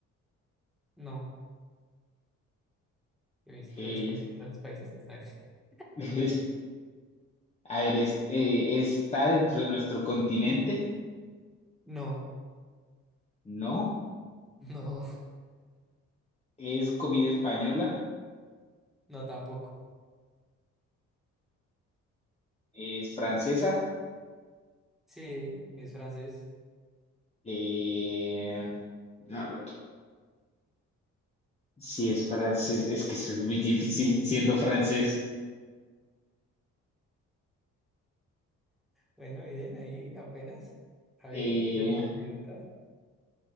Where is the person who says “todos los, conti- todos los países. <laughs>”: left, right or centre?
Centre